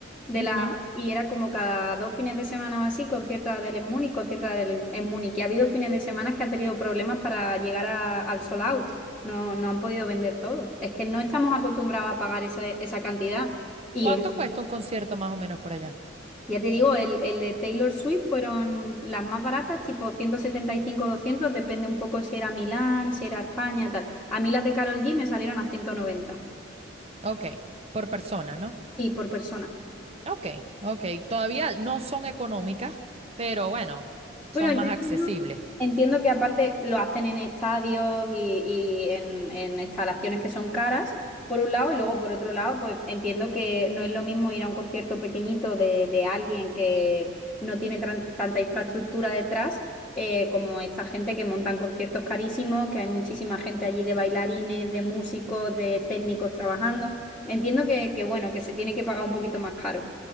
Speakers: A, in the centre; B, on the right.
A: de
B: Ujú.
A: la, y era como cada dos fines de semana o así, concierto de Adele en Múnich, concierto de Adele en Múnich. Y ha habido fines de semana que han tenido problemas para llegar a- al sold out. No, no han podido vender todo. Es que no estamos acostumbrados a pagar ese- esa cantidad. Y
B: ¿Cuánto
A: es.
B: cuesta un concierto más o menos por allá?
A: Ya te digo, el, el de Taylor Swift fueron las más baratas, tipo 175 200 depende un poco si era Milán, si era España, tal. A mí las de Carol G me salieron a 190
B: Ok, por persona, ¿no?
A: sí, por persona.
B: Ok, ok. Todavía no son económicas, pero bueno,
A: Bueno,
B: son
A: yo
B: más
A: entiendo,
B: accesibles.
A: entiendo que aparte lo hacen en estadios y, y en, en instalaciones que son caras, por un lado, y luego por otro lado, pues entiendo que no es lo mismo ir a un concierto pequeñito de, de alguien que no tiene tran- tanta infraestructura detrás, eh, como esta gente que montan conciertos carísimos, que hay muchísima gente allí de bailarines, de músicos, de técnicos trabajando. Entiendo que, que bueno, que se tiene que pagar un poquito más caro,